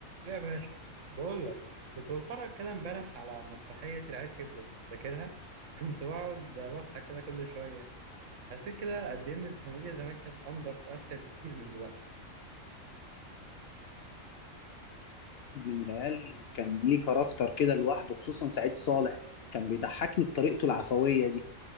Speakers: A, on the right; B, on the left.
A: يا باشا بقول لك كنت بتفرج كده امبارح على مسرحية العيال كبرت فاكرها <laughs> كنت بقعد بضحك كده كل شوية حسيت كده قد إيه إن الكوميديا زمان كانت أنضف وأذكى بكتير من دلوقتي
B: من العيال كان ليه كاركتر كده لوحده خصوصا سعيد صالح كان بيضحكني بطريقته العفوية دي